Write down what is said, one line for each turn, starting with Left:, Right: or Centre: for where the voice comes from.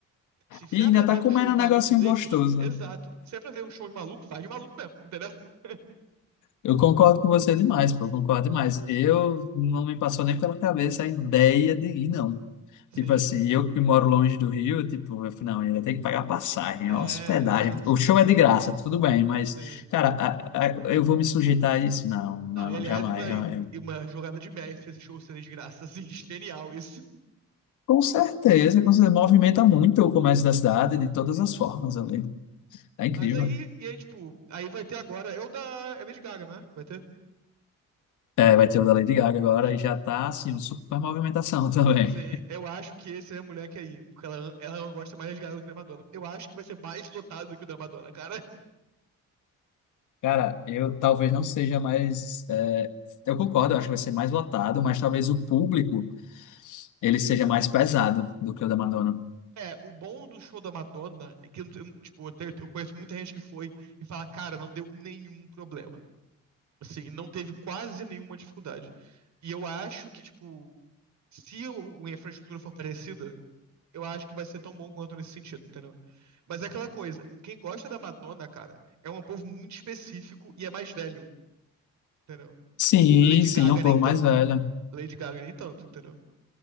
Right: Assim, se
Left: E ainda
Right: é pra ver
Left: tá comendo
Right: um show de
Left: um
Right: maluco
Left: negocinho
Right: desses,
Left: gostoso,
Right: exato.
Left: né?
Right: Se é pra ver um show de maluco, vai de maluco mesmo, entendeu? <laughs>
Left: Eu concordo com você demais, pô, eu concordo demais. Eu não me passou nem pela cabeça a ideia de ir, não.
Right: Sim,
Left: Tipo assim, eu que moro longe do Rio, tipo, eu falei, não, ainda tem que pagar passagem,
Right: é,
Left: é hospedagem.
Right: exato.
Left: O show é de graça, tudo bem, mas,
Right: Sim.
Left: cara, a- a- eu vou me sujeitar a isso? Não, não,
Right: Não, e aliás,
Left: jamais,
Right: uma, e
Left: jamais.
Right: uma jogada de mestre esse show seria de graça, assim, <laughs> genial isso.
Left: Com certeza, com certeza. Movimenta muito o comércio da cidade de todas
Right: Sim.
Left: as formas ali. Tá incrível.
Right: Mas aí, e aí, tipo, aí vai ter agora, é o da é Lady Gaga, né? Vai ter?
Left: É, vai ter o da Lady Gaga agora
Right: É.
Left: e já tá, assim, uma super movimentação <laughs> também.
Right: Sim, eu acho que esse é a mulher que é aí, porque ela, ela gosta mais de Gaga do que da Madonna. Eu acho que vai ser mais lotado do que o da Madonna, cara.
Left: Cara, eu talvez não seja mais. é, eu concordo, eu acho que vai ser mais lotado, mas talvez o público ele seja mais pesado do que o da Madonna.
Right: É, o bom do show da Madonna é que eu, não- eu, tipo, eu, tenho- eu conheço muita gente que foi e fala, cara, não deu nenhum problema. Assim, não teve quase nenhuma dificuldade. E eu acho que, tipo, se o, a infraestrutura for parecida, eu acho que vai ser tão bom quanto nesse sentido, entendeu? Mas é aquela coisa, quem gosta da Madonna, cara, é um povo muito específico e é mais velho, entendeu?
Left: Sim,
Right: Lady
Left: sim,
Right: Gaga
Left: é um povo
Right: nem tanto.
Left: mais velho.
Right: Lady Gaga nem tanto, entendeu?